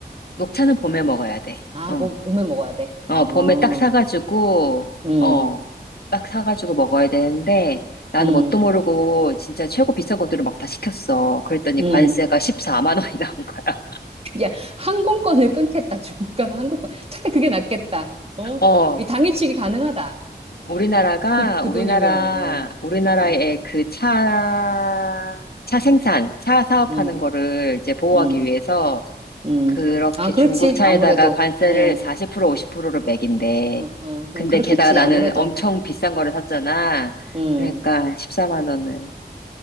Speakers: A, on the left; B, on the right.
A: 녹차는 봄에 먹어야 돼.
B: 아,
A: 어.
B: 봄, 봄에 먹어야 돼.
A: 어,
B: 어,
A: 봄에 딱 사가지고,
B: 음,
A: 어, 딱 사가지고 먹어야 되는데, 나는
B: 음,
A: 뭣도 모르고 진짜 최고 비싼 것들을 막 다 시켰어. 그랬더니
B: 음.
A: 관세가 14만 원이 나온 거야.
B: 야, 항공권을 끊겠다. 중국 가는 항공권. 차라리 그게 낫겠다. 어?
A: <laughs> 어,
B: 이 당일치기 가능하다.
A: 우리나라가,
B: 그, 그
A: 우리나라,
B: 돈이면. 어,
A: 우리나라의
B: 어,
A: 그 차, 차 생산, 차 사업하는
B: 음,
A: 거를 이제 보호하기
B: 음,
A: 위해서
B: 음.
A: 그렇게
B: 아, 그렇지.
A: 중국 차에다가
B: 아무래도.
A: 관세를
B: 응
A: 40% 50%로 매긴대.
B: 응 응,
A: 근데
B: 응, 그렇겠지.
A: 게다가 나는
B: 아무래도.
A: 엄청 비싼 거를 샀잖아.
B: 음,
A: 그러니까 14만 원을.